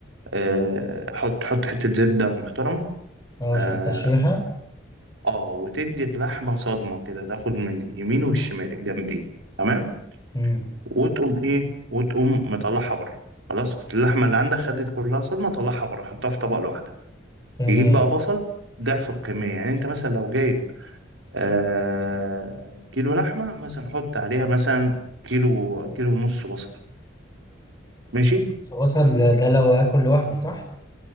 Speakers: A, on the right; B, on the left.
A: آه، حط حط حتة زبدة محترمة
B: اه
A: اه
B: عشان التشويحه
A: آه، وتدي اللحمة صدمة كده تاخد من اليمين والشمال الجنبين تمام
B: امم
A: وتقوم إيه وتقوم مطلعها بره خلاص اللحمة اللي عندك خدت كلها صدمة طلعها بره حطها في طبق لوحدها
B: تمام
A: تجيب بقى بصل ضعف الكمية يعني أنت مثلا لو جايب آه كيلو لحمة مثلا حط عليها مثلا كيلو كيلو ونص بصل ماشي
B: بصل ده لو اكل لوحدي صح